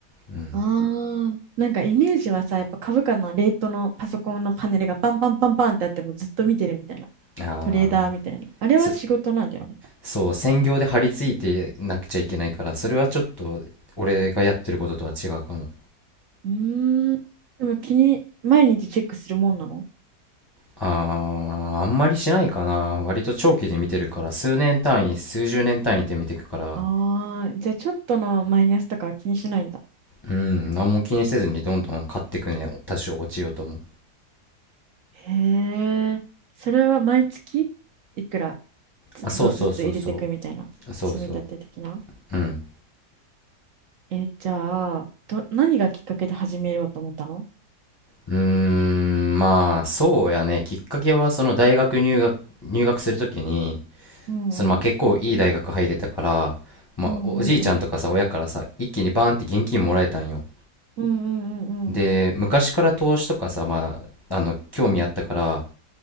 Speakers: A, on the left; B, on the right.
A: うん、
B: ああ、なんかイメージはさ、やっぱ株価のレートのパソコンのパネルがバンバンバンバンってあってもずっと見てるみたいな。
A: ああ
B: トレーダーみたいな。あれは仕事なんだよね。
A: そそう専業で張り付いてなくちゃいけないからそれはちょっと俺がやってることとは違うかも
B: うーん。でも気に、毎日チェックするもんなの
A: あああんまりしないかな割と長期で見てるから数年単位数十年単位って見てくから
B: ああー、じゃあちょっとのマイナスとかは気にしないんだ。
A: うん、何も気にせずにどんどん買ってくね、多少落ちようとも。
B: へえ。それは毎月いくらつどずつ入れていくみたいな。
A: あ、そうそうそうそう、そうそう、
B: 積み立て的な。
A: うん。
B: えーじゃあ、ど、何がきっかけで始めようと思ったの
A: うーん、まあ、そうやね、きっかけは、その大学入学、入学するときに、
B: うんうん
A: そのまあ結構いい大学入れたから、まあ、
B: うんうん
A: おおじいちゃんとかさ、親からさ、一気にバーンって現金もらえたんよ。
B: うんうんうんうんうん
A: で、昔から投資とかさ、まあ、あの、興味あったから、